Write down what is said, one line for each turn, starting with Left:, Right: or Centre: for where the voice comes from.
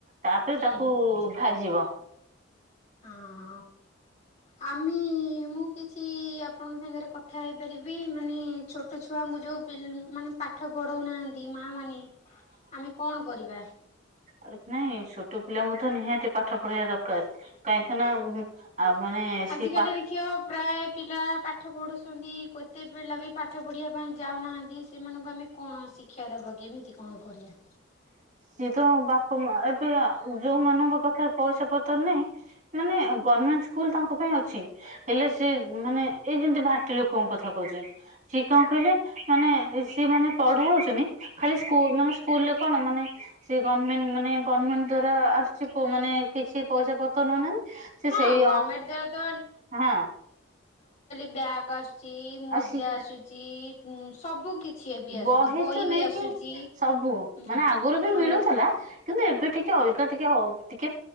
Right: ତାପରେ
Left: ହୁଁ
Right: ତାକୁ
Left: ହୁଁ ହଁ ହଁ।
Right: ଭାଜିବ
Left: ହ ହ ଆମେ ମୁଁ କିଛି ଆପଣଙ୍କ ସାଙ୍ଗରେ କଥା ହେଇପାରିବି ମାନେ ଛୋଟ ଛୋ ଛୁଆଙ୍କୁ ଯୋଉ ମାନେ ପାଠ ପଢଉନାହାନ୍ତି ମା ମାନେ ଆମେ କଣ କରିବା
Right: ଉ ନାଇଁ ଛୋଟ ପିଲାଙ୍କୁ ତ ନିହାତି ପାଠ ପଢେଇିବା ଦରକାର କାହିଁକି ନା ଆଉ ମାନେ ସିଏ
Left: ଆଜିକାଲି
Right: ପାଠ
Left: ଦେଖିବ ପ୍ରାୟ ପିଲା ପାଠ ପଢ଼ୁଛନ୍ତି କେୋତେ ପିଲା ବି ପାଠ ପଢିବା ପାଇଁ ଯାଉନାହାନ୍ତି ସେମାନଙ୍କୁ ଆମେ କଣ ଶିକ୍ଷା ଦବ କେମିତି କଣ କରିବା
Right: ହ ସିଏ ତ ବାପା ମା ଏବେ ଯୋଉମାନାନଙ୍କ ପାଖରେ ପଇସା ପତ୍ର ନାହିଁ ମାନେ ମଣ୍ଟ ସ୍କୁଲ ତାଙ୍କ ପାଇଁ ଅଛି ହେଲେ ସେ ମାନେ ଏଇ ଯେମିତି ବାାଟି ଲୋକଙ୍କ କଥା କହୁଛି ସିଏ କଣ କହିଲେ ମାନେ ସିଏ ମାନେ ପଢା ହଉଚନି ଖାଲି ସ୍କୁଲ ମାନେ ସ୍କୁଲରେ କଣ ମାନେ ସେ ଗଭଣ୍ଣମେଣ୍ଟ ମାନେ ଗଭର୍ଣ୍ଣମେଣ୍ଟ ଦ୍ଵାରା ଆସିଛି ମାନେ କିଛି ପଇସା ପତ୍ର ନ ନାହିଁ ସେ
Left: ହଁ
Right: ସେଇ
Left: ଗଭର୍ଣ୍ଣମେଣ୍ଟ ଦ୍ଵାରା ତ
Right: ହଁ
Left: ବ୍ୟାଗ ଆସୁଛି ମଜା
Right: ସି
Left: ଆସୁଛି ସବୁ କିଛି ଏବେ
Right: ବହି
Left: ଆସୁଛି
Right: ତ ନେଇକି
Left: ବି ଆସୁଛି
Right: ସବୁ
Left: ହୁଁ
Right: ମାନେ ଆଗରୁ ବି ମିଳୁଥିଲା
Left: ଆଉ
Right: କିନ୍ତୁ ଏବେ ଟିକେ ଟିକେ ଅଲଗା ଟିକେ ଟିକେ